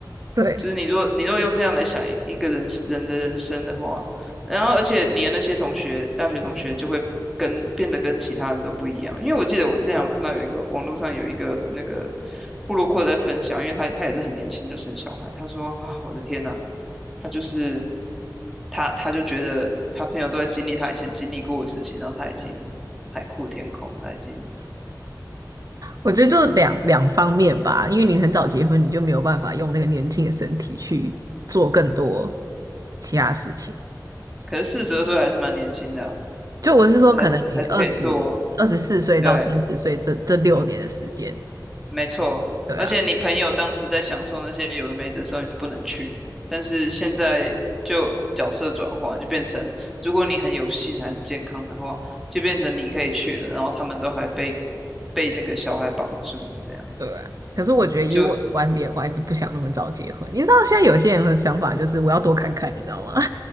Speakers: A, on the right; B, in the centre.
A: 对。
B: 就是你若你若用这样来想一个人人的人生的话，然后而且你的那些同学，大学同学就会跟变得跟其他人都不一样，因为我记得我之前有看到有一个网络上有一个那个布鲁克在分享，因为他他也是很年轻就生小孩，他说啊，我的天呐！他就是他，他就觉得他朋友都在经历他以前经历过的事情，然后他已经海阔天空，他已经，
A: 我觉得就两两方面吧，因为你很早结婚，你就没有办法用那个年轻的身体去做更多其他事情。
B: 可是四十二岁还是蛮年轻的啊
A: 就我是说，
B: 还是还是可以做，
A: 可能你二十二十四岁到三十岁这这六年的时间，
B: 对，没错。
A: 对啊，
B: 而且你朋友当时在享受那些有的没的时候，你就不能去。但是现在就角色转换，就变成如果你很有幸还很健康的话，就变成你可以去了，然后他们都还被被那个小孩绑住这样子。
A: 对啊。可是我觉得以我的观点，
B: 就。
A: 我还是不想那么早结婚。你知道现在有些人的想法就是我要多看看，你知道吗？<laughs>